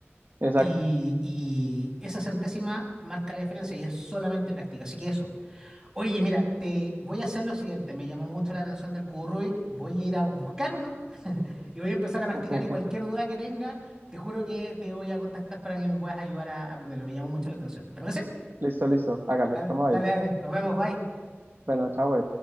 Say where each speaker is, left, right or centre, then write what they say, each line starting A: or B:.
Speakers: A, on the right; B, on the right.
A: Exacto.
B: y, y esa centésima marca la diferencia y es solamente práctica, así que eso. Oye, mira, te voy a hacer lo siguiente, me llamó mucho la atención del cubo Rubik, voy a ir a buscar uno. Y voy a empezar a practicar
A: <laughs>
B: y cualquier duda que tenga, te juro que te voy a contactar para que me puedas ayudar a aprenderlo. Me llamó mucho la atención. ¿Te parece?
A: Listo, listo. Hágale,
B: Dale,
A: estamos
B: dale,
A: ahí.
B: dale. Nos vemos. Bye.
A: Bueno, chao.